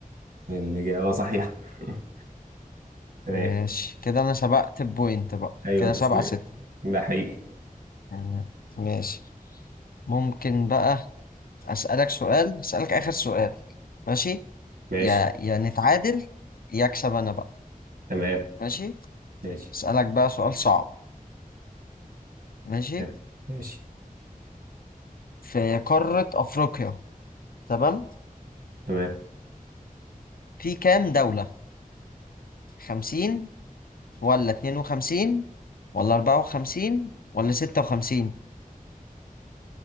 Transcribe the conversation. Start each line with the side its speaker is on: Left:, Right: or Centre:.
Right: الإجابة صحيحة <laughs> تمام
Left: ماشي كده انا سبقت بوينت بقى
Right: ايوه
Left: كده
Right: انت
Left: سبعة
Right: صحيح
Left: ستة
Right: ده حقيقي
Left: تمام. ماشي ممكن بقى اسألك سؤال اسألك اخر سؤال ماشي
Right: ماشي
Left: يا يا نتعادل يا اكسب انا بقى
Right: تمام
Left: ماشي
Right: ماشي
Left: اسألك بقى سؤال صعب ماشي
Right: تمام. ماشي
Left: في قارة افريقيا تمام
Right: تمام
Left: في كام دولة خمسين ولا اتنين وخمسين ولا اربعة وخمسين ولا ستة وخمسين